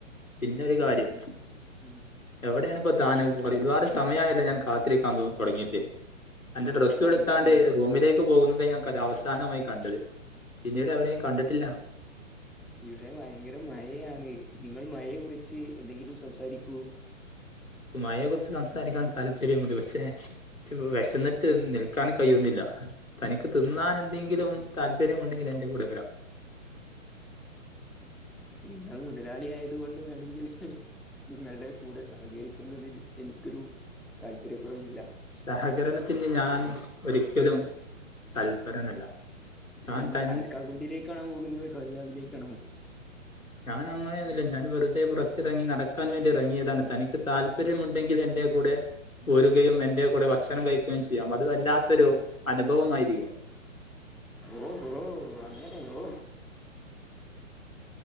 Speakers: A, on the left; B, in the centre.
A: പിന്നെ ഒര് കാര്യം
B: ഉം ഉം
A: എവെടേണ് പ്പൊ താന് ഒര്പാട് സമയായല്ലോ ഞാൻ കാത്തിരിക്കാൻ തു തൊടങ്ങീട്ട് എന്റെ ഡ്രസ്സ്
B: ഇവിടെ ഭയങ്കര
A: എടുത്താണ്ട്
B: മഴ
A: റൂമിലേ ക്ക് പോകുന്നതെ ഞാൻ ക അവസാനമായ് കണ്ടത് പിന്നീട് എവെടെയും കണ്ട്ട്ട്ല്ലാ
B: ഇവിടെ ഭയങ്കര മഴയാണ് നിങ്ങൾ മഴയെ കുറിച്ച് എന്തെങ്കിലും സംസാരിക്കൂ
A: മഴയെക്കുറിച്ച് സംസാരിക്കാൻ താല്പര്യമുണ്ട് പക്ഷെ ച്ച് പ്പൊ വെശന്ന്ട്ട് നിൽക്കാൻ കയ്യുല്ലാ തനിക്ക് തിന്നാൻ എന്തെങ്കിലും താല്പര്യം ഉണ്ടെങ്കിൽ എന്റെ കൂടെ വരാം
B: നിങ്ങൾ മുതലാളി ആയത് കൊണ്ട് വേണെങ്കിൽ നിങ്ങൾടെ കൂടെ സഹകരി ക്കുന്നതിൽ എനിക്കൊരു താല്പര്യ കുറവില്ല
A: സഹകരണത്തിന് ഞാൻ ഒരിക്കലും തൽപരനല്ല താൻ
B: നിങ്ങൾ
A: തൻ
B: അടക്കാകുണ്ടിലേക്കാണോ പോകുന്നത് കാളി കാവിലേക്കാണോ?
A: ഞാനങ്ങനെയൊന്നുല്ല ഞാൻ വെർതെ പുറത്തിറങ്ങി നടക്കാൻ വേണ്ടി ഇറങ്ങിയതാണ് തനിക്ക് താല്പര്യമുണ്ടെങ്കിൽ എൻ ന്റെ കൂടെ പോരുകയും എന്റെ കൂടെ ഭക്ഷണം കഴിക്കുകയും ചെയ്യാം അത് വല്ലാ ത്തൊരു അനുഭവമായിരിക്കും
B: ഓഹോ അങ്ങനെയോ